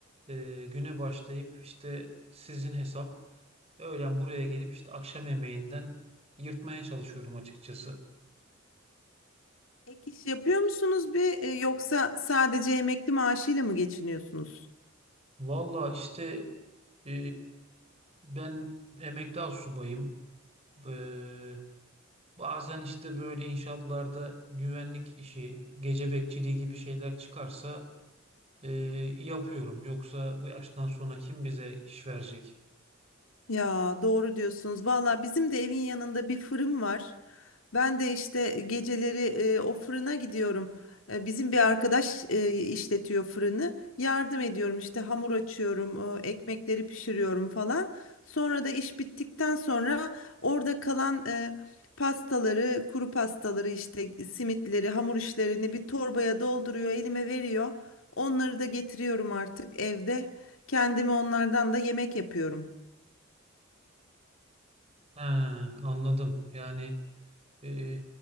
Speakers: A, on the right; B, on the left.
A: e, güne başlayıp işte sizin hesap öğlen buraya gelip işte akşam yemeğinden yırtmaya çalışıyorum açıkçası.
B: Ek iş yapıyor musunuz bir e, yoksa sadece emekli maaşıyla mı geçiniyorsunuz?
A: Valla işte e, ben emekli astsubayım. Ee, bazen işte böyle inşaatlarda güvenlik işi, gece bekçiliği gibi şeyler çıkarsa e, yapıyorum. Yoksa bu yaştan sonra kim bize iş verecek?
B: Ya doğru diyorsunuz. Valla bizim de evin yanında bir fırın var. Ben de işte geceleri e, o fırına gidiyorum. E, bizim bir arkadaş e, işletiyor fırını. Yardım ediyorum işte hamur açıyorum, e, ekmekleri pişiriyorum falan. Sonra da iş bittikten sonra orada kalan e, pastaları, kuru pastaları işte simitleri, hamur işlerini bir torbaya dolduruyor, elime veriyor. Onları da getiriyorum artık evde. Kendime onlardan da yemek yapıyorum.
A: Ha, anladım. Yani e,